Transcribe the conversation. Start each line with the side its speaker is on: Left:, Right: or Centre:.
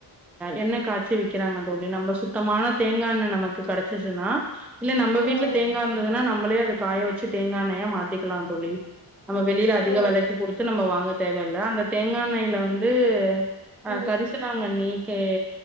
Centre: எண்ணெ காச் சி விக்கிறாங்க தோழி நம்ப சுத்தமான தேங்கா எண்ணெ நமக்கு கெடைச்சிச்சுனா இல்ல நம்ப வீட்ல
Right: ம்
Centre: தேங்கா இருந்ததுனா நம்பளே அத காய வச்சு தேங்கா எண்ணெயா மாத்திக்கலா தோழி நம்ப வெளியில அதிக
Right: ம்
Centre: வெலைக்கு குடுத்து நம்ப வாங்க தேவையில்ல அந்த தேங்கா எண்ணெயில வந்து அ
Right: ம்
Centre: கரிசலாங்கண்ணி கே